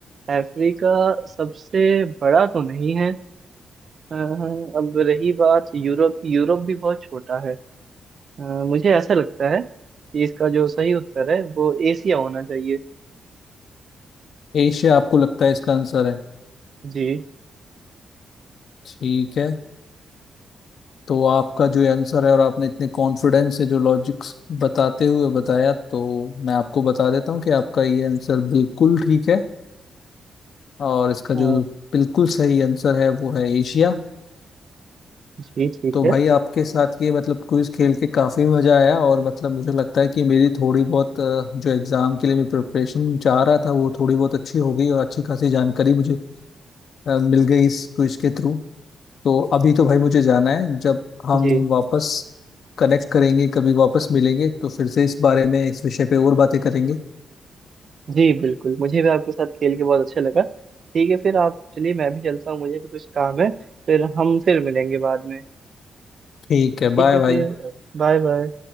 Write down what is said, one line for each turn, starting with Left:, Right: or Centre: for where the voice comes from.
Right: अफ्रीका सबसे बड़ा तो नहीं है अ, अब रही बात यूरोप की यूरोप भी बहुत छोटा है अ, मुझे ऐसा लगता है कि इसका जो सही उत्तर है वो एशिया होना चाहिए
Left: एशिया आपको लगता है इसका आंसर है
Right: जी
Left: ठीक है तो आपका जो ये आंसर है और आपने इतने कॉन्फिडेंस से जो लॉजिक्स बताते हुए बताया तो मैं आपको बता देता हूँ कि आपका ये आंसर बिल्कुल ठीक है और इसका
Right: अ,
Left: जो बिल्कुल सही आंसर है वो है एशिया
Right: जी ठीक
Left: तो
Right: है
Left: भाई आपके साथ ये मतलब क्विज खेल के काफी मजा आया और मतलब मुझे लगता है कि मेरी थोड़ी बहुत अ, जो एग्जाम के लिए मैं प्रिपरेशन चाह रहा था वो थोड़ी बहुत अच्छी हो गई और अच्छी खासी जानकारी मुझे अ, मिल गई इस क्विज के थ्रू तो अभी तो भाई मुझे जाना है जब हम
Right: जी
Left: वापस कनेक्ट करेंगे कभी वापस मिलेंगे तो फिर से इस बारे में इस विषय पे और बातें करेंगे
Right: जी बिल्कुल मुझे भी आपके साथ खेल के बहुत अच्छा लगा ठीक है फिर आप चलिए मैं भी चलता हूँ मुझे भी कुछ काम है फिर हम फिर मिलेंगे बाद में
Left: ठीक है
Right: ठीक
Left: बाय
Right: है
Left: भाई
Right: फिर Bye bye